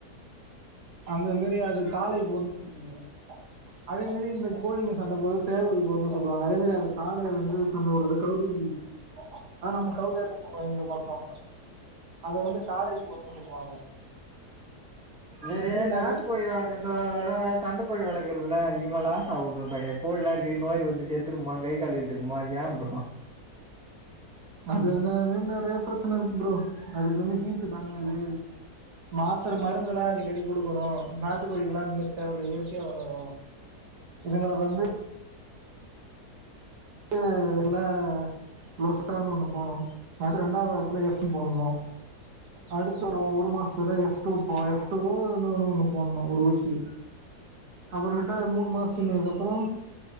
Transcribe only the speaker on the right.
அந்த மேரி அது காளை <inaudible> அதே மாரி இந்த கோழிங்க சண்ட போர்றது சேவல் போர்னு சொல்லுவாங்க அதே மாரி அந்த காடை வந்து சண்ட போர்றது <unintelligible> ஆ நம்ம கௌதாரி <inaudible> எங்க பக்கோ அத வந்து காடை போர்ன்னு சொல்லுவாங்க
இது மாரி
நெறைய
அதுன மார் நெறைய பிரச்சன இருக்கு ப்ரோ அதுக்கு வந்து ஹீட்டு தாங்காது மாத்ர மருந்தெல்லா அடிக்கடி குடுக்கணு நாட்டு கோழிக்கெல்லா அந்த மாரி தேவ இல்ல இயற்கையா வளரு இதுங்களுக்கு வந்து <inaudible> லோஸட்டானு ஒன்னு போடணு அது ரெண்டாவது எடத்துல ஃப் போன்ணு அடுத்து ஒரு ஒரு மாசத்துல எஃப் டூ போ எஃப் டூ இன்னொனு ஒண்ணு போட்ணு ஒரு ஊசி அப்புறமேட்டா மூணு மாஸ் சின்னத்துக்கு அப்பறோ